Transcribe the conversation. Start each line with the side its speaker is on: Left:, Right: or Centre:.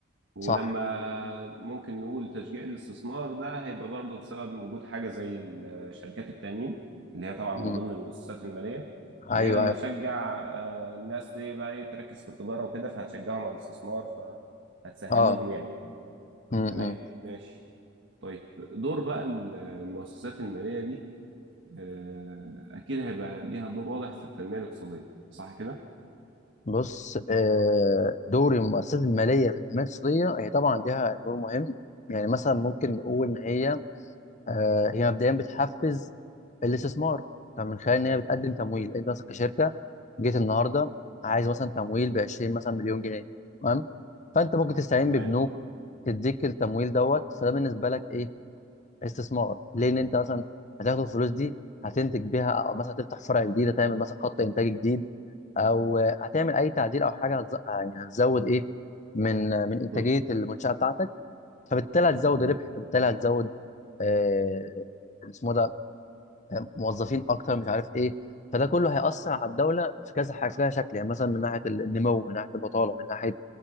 Right: ولما
Left: صح
Right: ممكن نقول تشجيع الاستثمار ده هيبقى برضه بسبب وجود حاجة زي ال- شركات التأمين اللي هي طبعا
Left: مم.
Right: من ضمن المؤسسات المالية
Left: ايوه
Right: اللي هي لما
Left: ايوه
Right: تشجع
Left: فعلا
Right: آه، الناس دي بقى ايه تركز في التجارة وكده فهتشجعهم على الاستثمار فهتسهل
Left: اه
Right: لهم يعني
Left: مم.
Right: تمام
Left: مم.
Right: ماشي طيب دور بقى ال- المؤسسات المالية دي آه، أكيد هيبقى ليها دور واضح في التنمية الاقتصادية صح كده؟
Left: بص آه، دور المؤسسات المالية في التنمية الاقتصادية هي طبعا ليها دور مهم يعني مثلا ممكن نقول إن هي آه، هي مبدئيا بتحفز الاستثمار فمن خلال إن هي بتقدم تمويل أنت مثلا كشركة جيت النهاردة عايز مثلا تمويل ب 20 مثلا مليون جنيه تمام فأنت ممكن تستعين
Right: تمام
Left: ببنوك تديك التمويل دوت فده بالنسبة لك إيه؟ استثمار ليه ان انت مثلا هتاخد الفلوس دي هتنتج بيها او مثلا هتفتح فرع جديد هتعمل مثلا خط انتاج جديد او هتعمل اي تعديل او حاجه هتز... يعني هتزود ايه من من انتاجيه
Right: مم.
Left: المنشاه بتاعتك فبالتالي هتزود
Right: تمام
Left: ربح فبالتالي هتزود آه... اسمه ده آه، موظفين اكتر مش عارف ايه فده كله هيأثر على الدوله في كذا حاجه في كذا شكل يعني مثلا من ناحيه النمو من ناحيه البطاله من ناحيه